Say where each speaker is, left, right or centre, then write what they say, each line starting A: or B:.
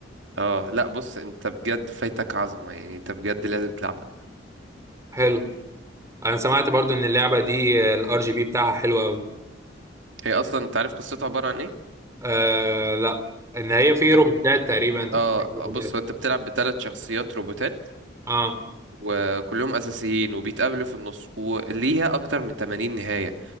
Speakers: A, on the right (about 85°); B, on the right (about 15°).
A: اه لا بص انت بجد فايتك عظمه يعني انت بجد لازم تلعبها
B: حلو انا سمعت برضو ان اللعبه دي الار جي بي بتاعها حلو قوي
A: هي اصلا انت عارف قصتها عباره عن ايه
B: آه لا ان هي في
A: انت
B: روبوتات
A: بت-
B: تقريبا انت
A: اه
B: بتعمل روبوتات
A: بص هو انت بتلعب بثلاث شخصيات روبوتات
B: اه
A: وكلهم اساسيين وبيتقابلوا في النص وليها اكتر من 80 نهايه